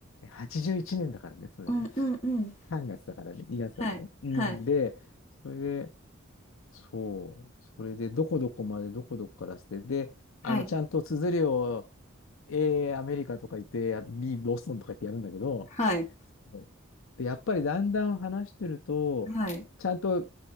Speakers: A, on the left (about 70°); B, on the left (about 30°).
A: 81年だからね、それね。
B: うんうんうん、
A: 3月だからね、2月だからね。
B: はい、
A: うん、
B: はい。
A: で、それで、そう、それで、どこどこまで、どこどこからして、で、
B: はい。
A: あの、ちゃんと綴りを、A、アメリカとか言って、B、ボストンとか言ってやるんだけど、
B: はい。
A: そうで、やっぱりだんだん話してると、
B: はい。
A: ちゃんと